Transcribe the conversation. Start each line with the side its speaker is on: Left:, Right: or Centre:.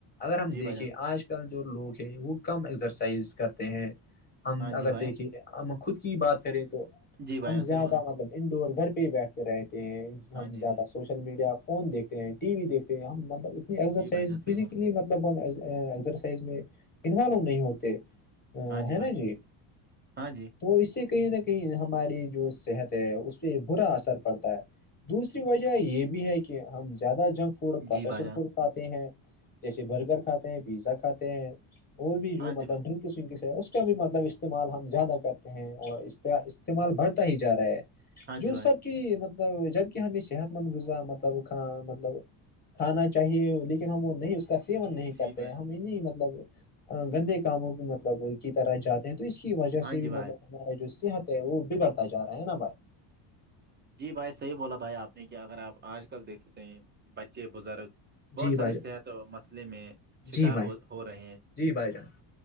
Left: اگر ہم
Right: جی
Left: دیکھیں
Right: بھائی جان
Left: آج کل جو لوگ ہے وہ کم ایکسرسائز کرتے ہیں ہم
Right: ہاں
Left: اگر
Right: جی بھائی
Left: دیکھے ہم خود کی بات کریں تو
Right: جی بھائی
Left: ہم
Right: جان صحیح
Left: زیادہ
Right: بولا
Left: مطلب انڈور گھر پہ ہی بیٹھتے رہتے ہیں
Right: ہاں
Left: ہم زیادہ
Right: جی بھائی
Left: سوچ ل میڈیا فون دیکھتے ہیں ٹی وی دیکتے ہیں ہم مطلب اتنی ایکسرسائز
Right: جی بھائی جان
Left: فزیکلی
Right: صحیح بولا
Left: مطلب ہمسرسائز میں انوالو نہیں ہوتے ا
Right: ہاں
Left: ہے
Right: بھائی
Left: نا جی
Right: ہاں جی
Left: تو اس سے کہیں نہ کہیں ہماری جو صحت ہے اس پہ برا اثر پڑتا ہے دوسری وجہ یہ بھی ہے کہ ہم زیادہ جنک فوڈ پروسیسڈ
Right: جی بھائی جان
Left: فوڈ کھاتے ہیں جیسے برگر کھاتے ہیں پیزا کھاتے ہیں اور بھی جو
Right: ہاں
Left: مطلب
Right: جی بھائی
Left: ڈرنک کسم کس ہے اس کا بھی مطلب استعمال ہم زیادہ کرتے ہیں اور استعمال بڑھتا ہی جا رہا ہے
Right: ہاں
Left: جو
Right: جی بھائی
Left: سب کہ مطلب جبک ہمیں صحت مند گذا مطلب مطلب کھانا چاہیے لیکن ہم وہ نہیں اس کا سیون نہیں
Right: جی
Left: کرتے
Right: بھائی جان۔
Left: ہم انیں مطلب گندے کاموں کی مطلب کی طرح جاتے ہیں تو اس کی وجہ
Right: ہاں
Left: سے بھی
Right: جی بھائی
Left: مطلب ہمارا جو صحت ہے وہ بگڑتا جا رہا ہے نا بھائی
Right: جی بھائی صحیح بولا بھائی آپ نے کیا اگر آپ آج کل دیکھ سکتے ہیں بچے بزرگ بہت
Left: جی
Right: سارے
Left: بھائی جان
Right: صحت و مسئلے میں شکار
Left: جی بھائی
Right: ہو ہو رہے ہیں
Left: جی بھائی جان